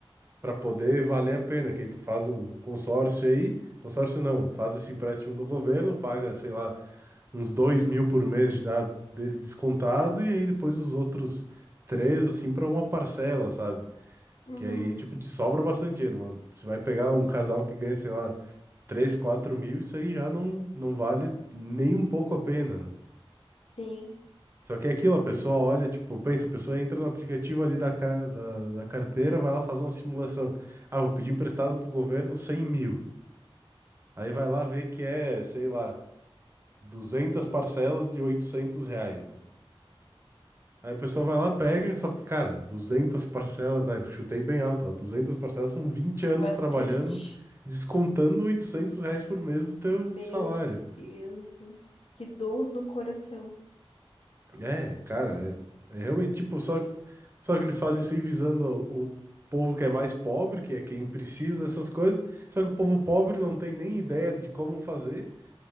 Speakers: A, on the right; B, on the left.
A: para poder valer a pena. Que aí tu faz um consórcio aí, consórcio não, faz esse empréstimo do governo, paga, sei lá uns dois mil por mês já dele descontado, e aí depois os outros três, assim, pra uma parcela, sabe?
B: Uhum.
A: Que aí, tipo, te sobra bastante dinheiro, mano. Você vai pegar um casal que ganha, sei lá, três quatro mil, isso aí já não, não vale nem um pouco a pena, né?
B: Sim.
A: Só que é aquilo, a pessoa olha, tipo, pensa, a pessoa entra no aplicativo ali da, ca- da, da carteira, vai lá fazer uma simulação. Ah, vou pedir emprestado pro governo 100 mil. Aí vai lá ver que é, sei lá, 200 parcelas de 800 reais, né? Aí o pessoal vai lá, pega, só que, cara, 200 parcelas, né? Chutei bem alto, ó, 200 parcelas são vinte
B: <laughs>
A: anos
B: Bastante.
A: trabalhando, descontando 800 reais por mês do teu
B: Meu
A: salário.
B: Deus do céu, que dor no coração.
A: É, cara, é, é realmente, tipo, só, só que eles fazem isso aí visando o povo que é mais pobre, que é quem precisa dessas coisas, só que o povo pobre não tem nem ideia de como fazer